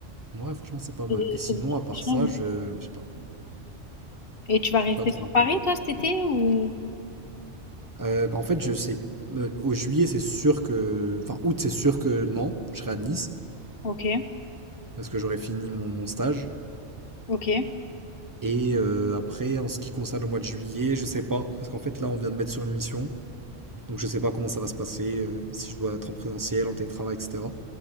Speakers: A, on the right; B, on the left.
A: Ouais, franchement, c'est pas
B: Des-
A: mal. Et sinon,
B: C'est des trucs
A: à part
B: qui changent.
A: ça,
B: Et
A: je,
B: tout.
A: je sais pas,
B: Et tu vas
A: je
B: rester
A: sais pas trop
B: sur
A: encore.
B: Paris, toi, cet été, ou...
A: Euh, bah, en fait, je sais, euh, au juillet, c'est sûr que, enfin, août, c'est sûr que non, je serai à Nice
B: Ok,
A: parce que j'aurai fini mon, mon stage.
B: ok,
A: Et euh, après, en ce qui concerne le mois de juillet, je sais pas, parce qu'en fait, là, on vient de mettre sur une mission. Donc je sais pas comment ça va se passer, euh, si je dois être en présentiel, en télétravail, etc.